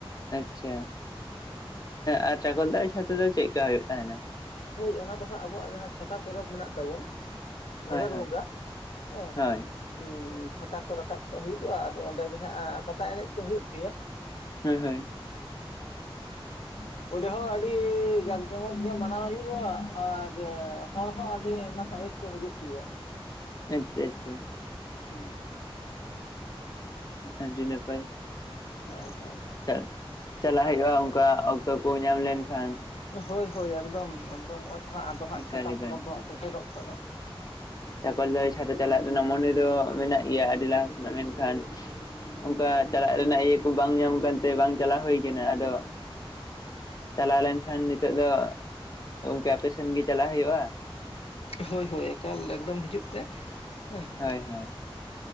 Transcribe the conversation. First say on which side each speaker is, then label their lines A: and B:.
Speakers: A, on the left; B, on the left.
A: ᱟᱪᱪᱷᱟ ᱟᱨ ᱪᱟᱠᱚᱞ ᱛᱟᱲᱤ ᱪᱷᱟᱛᱟ ᱫᱚ ᱪᱮᱫᱞᱮᱠᱟ ᱦᱩᱭᱩᱜ ᱛᱟᱦᱮᱱᱟ᱾
B: ᱦᱳᱭ ᱚᱱᱟ ᱫᱚ ᱦᱟᱸᱜ ᱟᱵᱚᱣᱟᱜ ᱡᱟᱦᱟᱸ ᱪᱷᱟᱛᱟ ᱯᱚᱨᱚᱵᱽ ᱢᱮᱱᱟᱜ ᱛᱟᱵᱩᱱ
A: ᱦᱳᱭ
B: ᱵᱷᱟᱫᱚᱨ
A: ᱦᱳᱭ
B: ᱵᱚᱸᱜᱟ ᱦᱮᱸ
A: ᱦᱳᱭ
B: ᱩ ᱪᱷᱟᱛᱟ ᱠᱚ ᱨᱟᱠᱟᱵ ᱠᱚᱟᱜ ᱦᱩᱭᱩᱜᱼᱟ ᱟᱫᱚ ᱚᱸᱰᱮ ᱜᱮ ᱦᱟᱸᱜ ᱯᱟᱛᱟ ᱮᱱᱮᱡ ᱠᱚ ᱦᱩᱭᱩᱜ ᱜᱮᱭᱟ᱾
A: ᱦᱳᱭ ᱦᱳᱭ
B: <inaudible> ᱚᱰᱮ ᱦᱚᱸ ᱟᱹᱰᱤ ᱡᱟᱠ ᱡᱚᱢᱚᱠ ᱜᱮ ᱢᱟᱱᱟᱣ ᱦᱩᱭᱩᱜᱼᱟ ᱟᱨ ᱦᱚᱲ ᱦᱚᱸ ᱟᱹᱰᱤ ᱟᱭᱢᱟ ᱥᱟᱸᱜᱮ ᱠᱚ ᱦᱤᱡᱩᱜ ᱯᱮᱭᱟ᱾
A: ᱟᱪᱪᱷᱟ ᱟᱪᱪᱷᱟ
B: ᱦᱩᱸ ᱦᱩᱸ
A: ᱟᱹᱰᱤ ᱱᱟᱯᱟᱭ
B: <unintelligible>
A: ᱪᱟ ᱪᱟᱞᱟᱜ ᱦᱩᱭᱩᱜᱼᱟ ᱚᱱᱠᱟ ᱚᱠᱛᱚ ᱠᱚ ᱧᱟᱢ ᱞᱮᱱᱠᱷᱟᱱ
B: ᱦᱳᱭ ᱦᱳᱭ ᱮᱠᱫᱚᱢ ᱮᱠᱫᱚᱢ ᱱᱚᱜᱼᱚᱭ ᱛᱚ ᱦᱟᱸᱜ ᱟᱫᱚ ᱦᱟᱸᱜ
A: ᱮᱠᱟᱞ
B: ᱪᱷᱟᱛᱟ
A: ᱮᱠᱟᱞ
B: ᱯᱚᱨᱚᱵᱽ ᱫᱚ ᱦᱟ ᱥᱮᱴᱮᱨᱚᱜ ᱠᱟᱱᱟ᱾
A: ᱪᱟᱠᱚᱞ ᱛᱟᱞᱤ ᱪᱷᱟᱛᱟ ᱪᱟᱞᱟᱜ ᱨᱮᱱᱟᱜ ᱢᱚᱱᱮ ᱫᱚ ᱢᱮᱱᱟᱜ ᱜᱮᱭᱟ ᱟᱹᱰᱤ ᱞᱟᱦᱟ ᱠᱷᱚᱱᱟᱜ ᱢᱮᱱᱠᱷᱟᱱ ᱚᱱᱠᱟ ᱪᱟᱞᱟᱜ ᱨᱮᱱᱟᱜ ᱤᱭᱟᱹ ᱠᱚ ᱵᱟᱝ ᱧᱟᱢ ᱠᱟᱱᱛᱮ ᱵᱟᱝ ᱪᱟᱞᱟᱣ ᱦᱩᱭ ᱠᱟᱱᱟ ᱟᱫᱚ ᱪᱟᱞᱟᱣ ᱞᱮᱱᱠᱷᱟᱱ ᱱᱤᱛᱳᱜ ᱫᱚ ᱜᱚᱝᱠᱮ ᱟᱯᱮᱥᱮᱱ ᱜᱮ ᱪᱟᱞᱟᱜ ᱦᱩᱭᱩᱜᱼᱟ᱾
B: ᱦᱳᱭ ᱦᱳᱭ ᱮᱠᱟᱞ ᱮᱠᱫᱚᱢ ᱦᱤᱡᱩᱜ ᱯᱮ ᱦᱮᱸ
A: ᱦᱳᱭ ᱦᱳᱭ